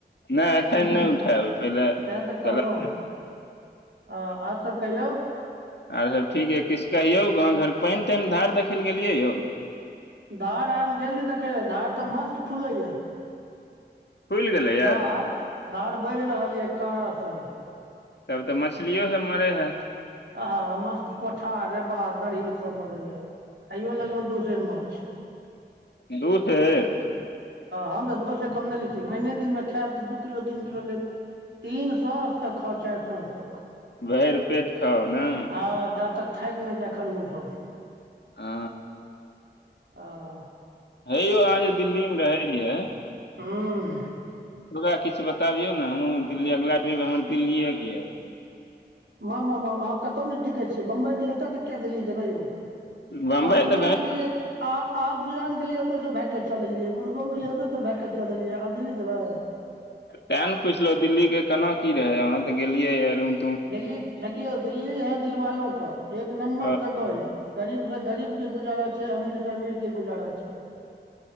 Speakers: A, on the left; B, on the right.
A: नहि एखन
B: तें
A: नहि उठायब पहिले
B: तऽ
A: गलत
B: कहलहुं। आ और सब कहियौ
A: और सब ठीक ये, किछु कहियौ गाँव घर मे पानि तानि, धार देखै ले गेलियै यौ।
B: धार हम गेल रही देखै ले धार तऽ मस्त फूलै ये।
A: खुलि गेलैए
B: धार, धार बढ़ि रहल ये कड़ा से।
A: तब तऽ मछलियो सब मरै हैत।
B: अहा मस्त, पोठा, रेबा दरही सब मरैये। आइयो लेलहुँ दु सेर माछ।
A: दू सेर?
B: हम तऽ ओहिसँ कम नहि लै छी, महिने दिनमे खायब तऽ दू किलो तीन किलो लेब। तीन सौ आजुक खर्चा अछि सांझ तक।
A: भरिपेट खाउ ने।
B: हं जा तक थाकि ने जाय खड़हु सब
A: आ।
B: आह।
A: हे यौ अहाँ जे दिल्लीमे रहै रहियै
B: हुं।
A: ओतुका किछु बतबियौ ने हमहुं दिल्ली, अगिला ट्रिप हमर दिल्लीये के ये।
B: माम मा मा अहाँ कतहु नहि टिकै छियै, बम्बइ गेलियै ओतऽ सं किया दिल्ली जेबै यौ?
A: यऽ बम्बई
B: अहां गुजरात
A: तऽ भे
B: गेलियै अह अहाँ गुजरात गेलियै ओतय सँ भागि के चल एलियै, गुरुगांव गेलियै ओतय से भागि के चल एलियै, आब दिल्ली जेबै?
A: तें ने पुछलहु दिल्ली के केना की रहै, अहाँ तऽ गेलियै ये, रुम
B: दिल्ली, देखियौ दिल्ली है दिलवालों का, एक नम्बर
A: ओ
B: जगह ये गरीब से गरीब के गुजारा छै, अमीर से अमीर के गुजारा छै।